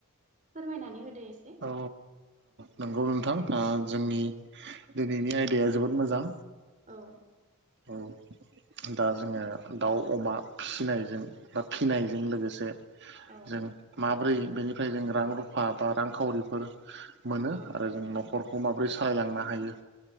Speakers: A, on the right; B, on the right.
A: फोरमायनानै होदो एसे
B: औ नंगौ औ नोंथां आ जोंनि दिनैनि आयदाया जोबोद मोजां
A: औ
B: औ दा जोङो दाउ अमा फिसिनायजों बा फिनायजों लोगोसे
A: औ
B: जों माब्रै बेनिफ्राय जों रां रुफा बा रांखावरिफोर मोनो
A: औ
B: आरो जों न'खरखौ माबोरै सालायलांनो हायो